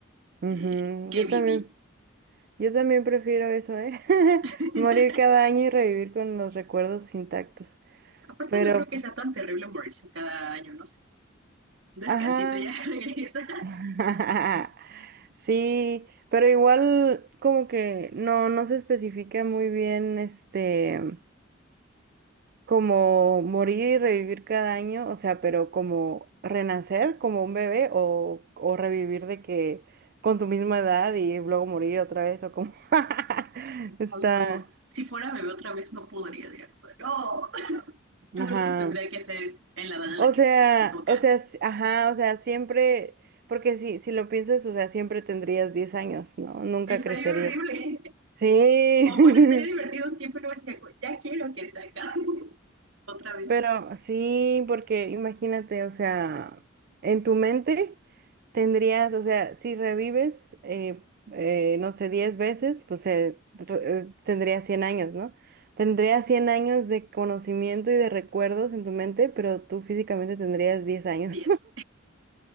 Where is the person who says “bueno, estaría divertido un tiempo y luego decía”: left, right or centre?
Right